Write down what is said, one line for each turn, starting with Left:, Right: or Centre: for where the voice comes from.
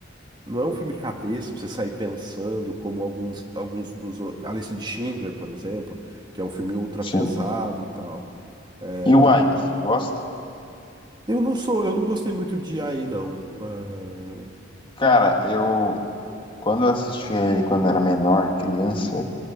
Right: não é um filme cabeça pra você sair pensando, como alguns, alguns dos. o- A Lista de Schindler, por exemplo, que é um filme ultra
Left: sim.
Right: pesado e tal. É,
Left: E o Aí, você gosta?
Right: Eu não sou, eu não gostei muito de aí não. Ah,
Left: Cara, eu quando eu assisti ele quando era menor, criança,